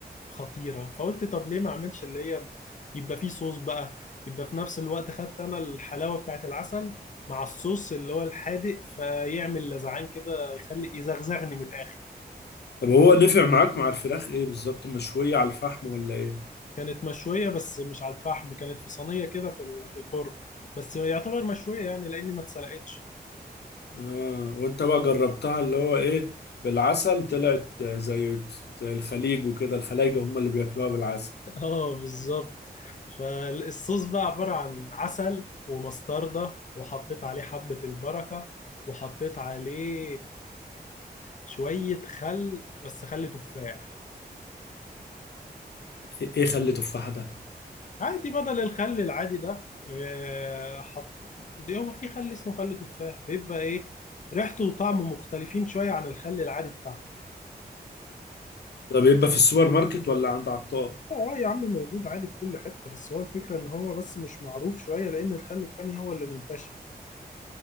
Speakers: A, on the left (about 50°); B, on the left (about 85°).
A: خطيرة فقلت طب ليه ما اعملش اللي هي يبقى فيه صوص بقى يبقى في نفس الوقت خدت انا الحلاوة بتاعت العسل مع الصوص اللي هو الحادق فيعمل لزعان كده يخلي يزغزغني من الاخر
B: طب هو نفع معاك مع الفراخ ايه بالظبط مشوية على الفحم ولا ايه
A: كانت مشوية بس مش على الفحم كانت في صينية كده في ال- في الفرن بس يعتبر مشوية يعني لأني ما اتسلقتش
B: اه وانت بقى جربتها اللي هو ايه بالعسل طلعت زي زي الخليج وكده الخلايجة هم اللي بياكلوها بالعسل
A: <laughs> اه بالظبط فالصوص بقى عبارة عن عسل ومستردة وحطيت عليه حبة البركة وحطيت عليه شوية خل بس خل تفاح
B: ايه إيه خلي تفاح ده
A: عادي بدل الخل العادي ده آه، حط هو في خل اسمه خل تفاح بيبقى ايه ريحته وطعمه مختلفين شوية عن الخل العادي بتاعنا
B: طب يبقى في السوبر ماركت ولا عند عطار
A: اه يا عم موجود عادي في كل حتة بس هو الفكرة ان هو بس مش معروف شوية لان الخل التاني هو اللي منتشر